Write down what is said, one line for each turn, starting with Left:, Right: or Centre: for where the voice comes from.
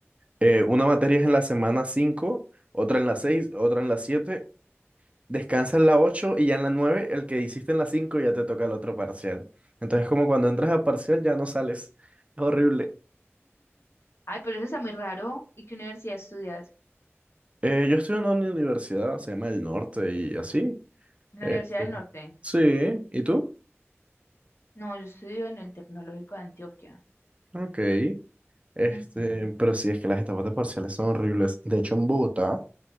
Right: Eh, una materia es en la semana cinco otra en la seis otra en la siete Descansa en la 8 y ya en la nueve el que hiciste en la 5 ya te toca el otro parcial. Entonces, como cuando entras a parcial ya no sales. Es horrible.
Left: Ay, pero eso está muy raro. ¿Y qué universidad estudias?
Right: Eh, yo estoy en una universidad, se llama El Norte y así.
Left: En la
Right: Este,
Left: Universidad del Norte.
Right: sí, ¿y tú?
Left: No, yo estudio en el Tecnológico de Antioquia.
Right: Ok. Este,
Left: Ujú.
Right: pero sí, es que las etapas de parciales son horribles. De hecho, en Bogotá,